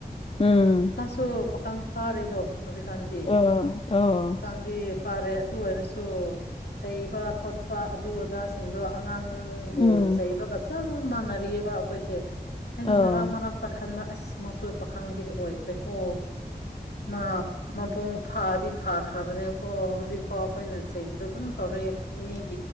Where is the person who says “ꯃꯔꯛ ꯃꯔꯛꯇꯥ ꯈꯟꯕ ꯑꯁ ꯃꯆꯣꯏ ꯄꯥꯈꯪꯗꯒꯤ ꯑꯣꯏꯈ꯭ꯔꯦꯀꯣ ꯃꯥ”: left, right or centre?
Left